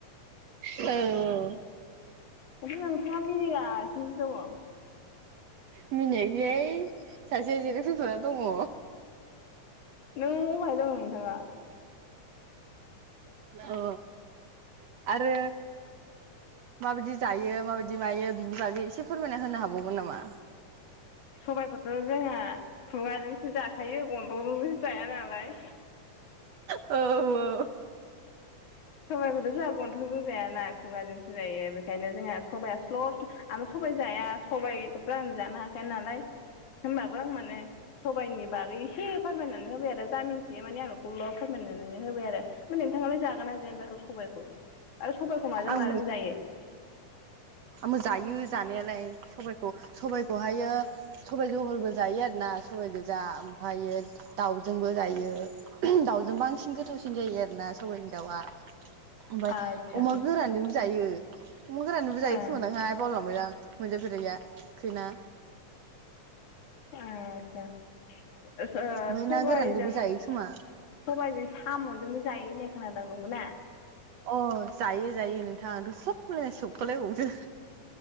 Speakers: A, on the right; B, on the left.
A: औ औ
B: माथो नोंथांआ मिनिगासिनोसो दङ।
A: मिनायाखैहाय सासेआ जिराय फैफाना दङ।
B: नों अबाहाय दङ नोंथाङा
A: अ आरो माबायदि जायो माबायदि मायो बिनि बागै एसे फोरमायना होनो हाबावगोन नामा?
B: सबायखौथ' जोंहा खुगाजोंसो जाखायो गन्थंजोंथ' जाया नालाय
A: औ औ
B: सबाइखौथ' जोंहा गन्थंजों जायाना खुगाजोंसो जायो बेखायनो जोंहा सबाया स्ल' आंथ सबाय जाया सबाइखौथ' आं जानो हाखाया नालाय होमबाबो आं माने सबाइनि बागै एसे फोरमायनानै होबाय आरो जामिनथियो माने आं बेखौल' फोरमायनानै होबाय आरो ओमफ्राय नोंथाङालाय जा गोना जाया जाखो सबाइखौ आरो सबायखौ माजों
A: आं
B: माजों जायो?
A: आंबो जायो जानायालाय सबाय खौ सबायखौहायो सबाय जहलबो जायो आरोना सबाय गोजा ओमफ्रायो दाउजोंबो जायो दाउजों बांसिन गोथावसिन जायो आरोना सबाइजों दाउवा ओमफ्राय
B: आदसा
A: अमा गोरानजोंबो जायो अमा गोरानजोंबो जायो
B: ओ
A: खोमा दांहाय बावलाय लांबाय आं मोनजाफेरैया खैना?
B: आस्सा ओ सो
A: ओमफ्राय
B: सबायजों
A: ना गोरानजोंबो जायो खोमा
B: सबाइजों साम'जोंबो जायो होननाय खोनादां नंगौना?
A: अ जायो जायो नोंथां आंथ' सब होनलायनाय सोबख' लायबावोसो।